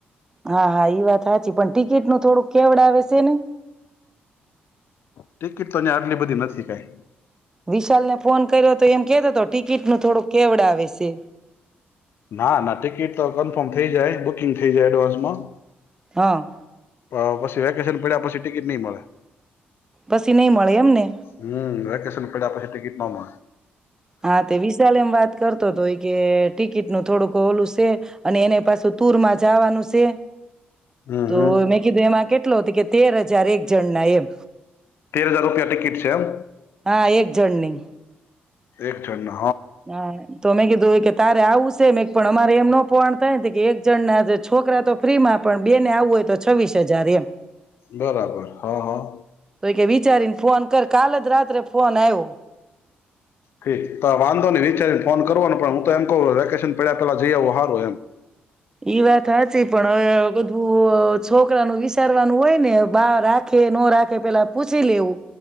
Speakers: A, on the right (about 15°); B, on the left (about 65°).
A: હા હા ઈ વાત હાચી પણ ટિકિટનું થોડુંક કેવડાવ છે ને.
B: ટિકિટ તો ન્યા આટલી બધી નથી કાંઈ.
A: વિશાલને ફોન કર્યોતો એમ કેતોતો ટિકિટનું થોડું કેવડાવે સે.
B: ના ના ટિકિટ તો કન્ફર્મ થઇ જાય બુકિંગ થઇ જાય એડવાન્સમાં.
A: હા
B: હ, પછી વેકેશન પડ્યા પછી ટિકિટ ની મળે.
A: પછી નઈ મળે એમ ને
B: હમ, વેકેશન પડ્યા પછી ટિકિટ નો મળે.
A: હા, તે વિશાલ એમ વાત કરતો તો ઈ કે ટિકિટ નું થોડુંક ઓલું સે અને એને પાછું તુરમાં જાવાનું સે.
B: હમ
A: તો
B: હમ
A: મેં કીધું હવે એમાં કેટલો તો કે તેર હજાર એક જણના એમ.
B: તેર હજાર રૂપિયા ટિકિટ સે એમ?
A: હા એક જણની.
B: એક જણના.
A: હા તો મેં કીધું ઈ કે તારે આવુંસ? સે મેક પણ અમારે એમ ન પોહાણ થાયન, તો કે એક જણના છોકરા, જે તો ફ્રીમાં પણ બે ને આવવું હોય તો છવ્વીસ હજાર એમ.
B: બરાબર હા, હા.
A: તો કે વિચારીને ફોન કર. કાલ જ રાત્રે ફોન આયવો.
B: ઠીક, તો વાંધો નહીં વિચારીને ફોન કરવાને પણ ઉ હું તો એમ કહું વેકેશન પયડા પેલા જઈ આવો હારું એમ.
A: ઈ વાત હાચી પણ હવે બધું અહ છોકરા નું વિચારવાનું હોય ને, બા રાખે, ન રાખે પેલા પૂછી લેવું.